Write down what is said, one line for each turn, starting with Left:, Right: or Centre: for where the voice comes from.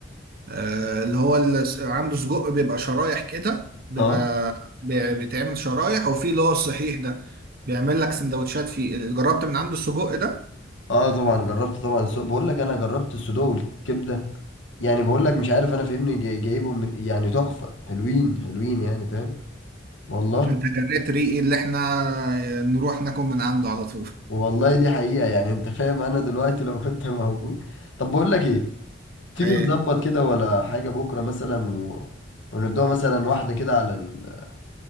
Right: آه، اللي هو ال- عنده سجق بيبقى شرايح كده بيبقى
Left: اه
Right: بي- بيتعمل شرايح وفي اللي هو الصحيح ده بيعمل لك سندوتشات فيه جربت من عنده السجق ده
Left: اه طبعا جربت طبعا السو... بقول لك انا جربت السودو والكبده يعني بقول لك مش عارف انا فاهمني جاي... جايبهم من- يعني تحفه حلوين حلوين يعني فاهم والله
Right: انت جريت ريقي اللي احنا نروح ناكل من عنده على طول
Left: والله دي حقيقه يعني انت فاهم انا دلوقتي لو كنت موجود طب بقول لك ايه تيجي
Right: ايه
Left: نظبط كده ولا حاجه بكره مثلا و... وندوها مثلا واحده كده على ال...